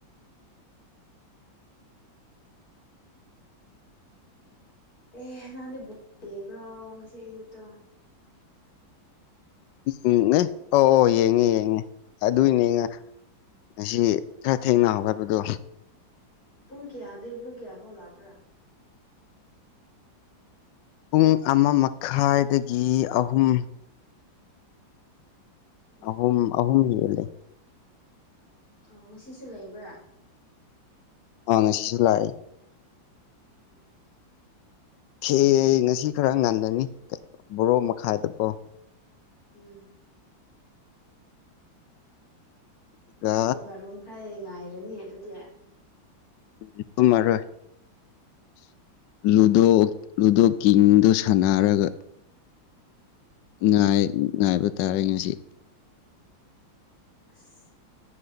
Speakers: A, on the left (about 50°); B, on the left (about 75°).
A: ꯑꯦ ꯅꯍꯥꯟꯗꯩ ꯕꯣ ꯌꯦꯡꯕ꯭ꯔꯣ ꯉꯁꯤ ꯑꯌꯨꯛꯇꯣ
B: ꯎꯝꯅꯦ ꯑꯣ ꯑꯣ
A: ꯎꯝ
B: ꯌꯦꯡꯉꯦ ꯌꯦꯡꯉꯤ ꯑꯗꯨꯏꯅꯦ ꯉꯁꯤ ꯈꯔ ꯊꯦꯡꯅ ꯍꯧꯒꯠꯄꯗꯣ
A: ꯄꯨꯡ ꯀꯌꯥꯗꯩ ꯄꯨꯡ ꯀꯌꯥ ꯐꯥꯎ ꯂꯥꯛꯄ꯭ꯔꯥ
B: ꯄꯨꯡ ꯑꯃ ꯃꯈꯥꯏꯗꯒꯤ ꯑꯍꯨꯝ꯫
A: ꯎꯝ
B: ꯑꯍꯨꯝ ꯑꯍꯨꯝ ꯍꯦꯜꯂꯦ꯫
A: ꯑꯣ ꯉꯁꯤꯁꯨ ꯂꯩꯕ꯭ꯔꯥ꯫
B: ꯑꯪ ꯉꯥꯁꯤꯁꯨ ꯂꯥꯛꯑꯦ
A: ꯎꯝ꯫
B: ꯊꯦ ꯉꯁꯤ ꯈꯔ ꯉꯜꯂꯅꯤ ꯕꯥꯔꯣ ꯃꯈꯥꯏꯗꯀꯣ꯫
A: ꯎꯝ꯫
B: ꯑꯗꯨꯒ
A: ꯑꯗꯨꯗꯤ ꯕꯥꯔꯣ ꯃꯈꯥꯏ ꯉꯥꯏꯔꯅꯤ ꯑꯗꯨꯗꯤ
B: ꯎꯝ ꯇꯨꯝꯃꯔꯣꯏ꯫ ꯂꯨꯗꯣ ꯂꯨꯗꯣ ꯀꯤꯡꯗꯣ ꯁꯥꯟꯅꯔꯒ꯫
A: ꯎꯝ
B: ꯉꯥꯏ ꯉꯥꯏꯕ ꯇꯥꯔꯦ ꯉꯁꯤ꯫
A: ꯑꯁ